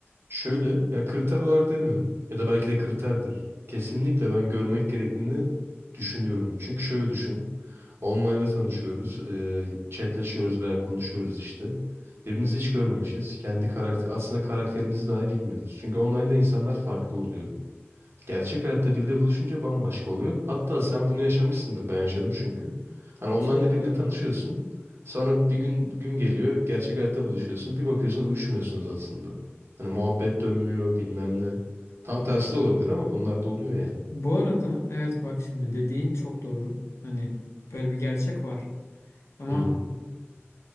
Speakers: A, on the right (about 65°); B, on the left (about 80°).
A: Şöyle ya kriter olarak demiyorum ya da belki de kriterdir. Kesinlikle ben görmek gerektiğini düşünüyorum. Çünkü şöyle düşün. Online'da tanışıyoruz. E, chatleşiyoruz veya konuşuyoruz işte. Birbirimizi hiç görmemişiz. Kendi karakter aslında karakterimizi dahi bilmiyoruz. Çünkü online'da insanlar farklı oluyor. Gerçek hayatta biriyle buluşunca bambaşka oluyor. Hatta sen bunu yaşamışsındır. Ben yaşadım çünkü. Hani onlarla
B: Çok
A: biriyle
B: doğru.
A: tanışıyorsun. Sonra bir gün gün geliyor. Gerçek hayatta buluşuyorsun. Bir bakıyorsun uyuşmuyorsunuz aslında. Hani muhabbet dönmüyor bilmem ne. Tam tersi de olabilir ama bunlar da oluyor yani.
B: Bu arada evet bak şimdi dediğin çok doğru. Hani böyle bir gerçek var. Ama
A: Hı hı.